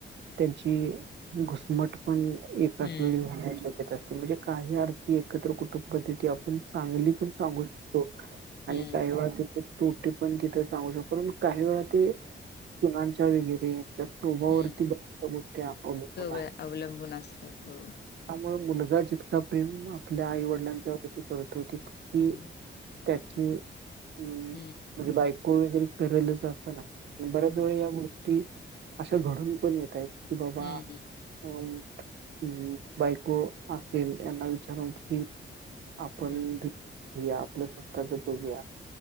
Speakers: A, on the right; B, on the left.
A: त्यांची घुसमट पण एकाच
B: हम्म
A: वेळी होण्याची शक्यता असते, म्हणजे काही अर्थी एकत्र कुटुंब पद्धती आ पण चांगली पण सांगू शकतो, आणि
B: हम्म
A: काही वेळा त्याचे तोटे पण तिथं सांगू शकतो, परंतु काही वेळा ते सुनांच्या वगैरे तिच्या स्वभावरती
B: हम्म
A: बऱ्याचश्या गोष्टी अवलंबून
B: सगळं
A: आहेत.
B: अवलंबून असतात हो
A: त्यामुळ मुलगा जितका प्रेम आपल्या आई वडिलांच्या वरती करतो तितकी
B: हम्म
A: त्याची म्हणजे
B: हम्म
A: बायको वगैरे करेलच असं नाही
B: हम्म
A: तो या गोष्टी अशा घडून पण येतायत कि बाबा
B: हम्म
A: अ् बायको असेल यांना वी विचारून की आपण
B: हम्म हम्म
A: बी आपलं स्वतः च बघूया